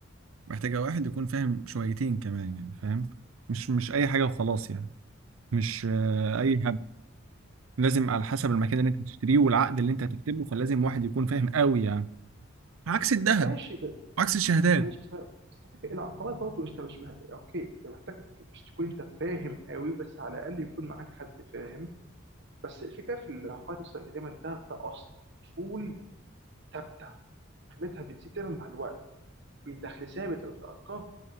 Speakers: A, on the right; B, on the right.
A: محتاجه واحد يكون فاهم شويتين كمان يعني فاهم مش مش اي حاجه وخلاص يعني مش آه، اي لازم على حسب المكان اللي انت بتشتريه والعقد اللي انت هتكتبه فلازم واحد يكون فاهم قوي يعني عكس الذهب
B: ماشي
A: عكس الشهادات
B: ماشي بس بس فاكر العقبات برضه انت مش مه... اوكي انت محتاج مش تكون انت فاهم قوي بس على الاقل يكون معاك حد فاهم بس الفكره في العقبات اصلا ان دايما ده ده اصول ثابته قيمتها بتزيد دايما مع الوقت في دخل ثابت لما بتأجر